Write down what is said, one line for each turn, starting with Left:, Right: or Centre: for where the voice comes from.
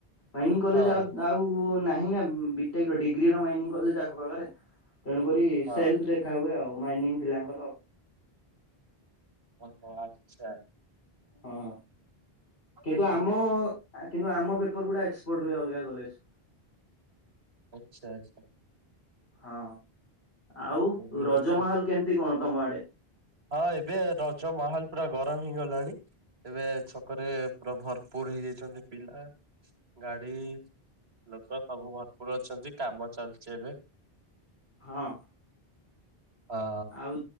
Left: ମାଇନିଂ କଲେଜ
Right: ହଁ
Left: ଆଉ ଆଉ ନାହିଁ ନା ବି ଟେ କ ର ଡିଗ୍ରୀ ର ମାଇନିଂ କଲେଜ ଆଖ ପାଖରେ। ତେଣୁକରି
Right: ହଁ
Left: ସେଲ୍ଫ ଦେଖାହୁଏ ଆଉ ମାଇନିଂ ପିଲାଙ୍କର ଆଉ।
Right: ଓହୋ ଆଚ୍ଛା।
Left: ହଁ, କିନ୍ତୁ
Right: ଏମିତି
Left: ଆମ କିନ୍ତୁ ଆମ ପେପର ଗୁଡା ଏକ୍ସପର୍ଟ ହୁଏ ଅଲଗା କଲେଜକୁ।
Right: ଆଚ୍ଛା ଆଚ୍ଛା।
Left: ହଁ ଆଉ
Right: ହଁ
Left: ରଜ ମାହଲ କେମିତି କଣ ତମ ଆଡେ?
Right: ହଁ ଏବେ ରଜ ମାହଲ ପୁରା ଗରମ ହେଇଗଲାଣି, ଏବେ ଛକରେ ପୁରା ଭରପୁର ହେଇଯାଇଛନ୍ତି ପିଲା। ଗାଡ଼ି ଲୋକ ସବୁ ଭରପୁର ଅଛନ୍ତି କାମ ଚାଲିଛି ଏବେ।
Left: ହଁ।
Right: ହଁ
Left: ଆଉ,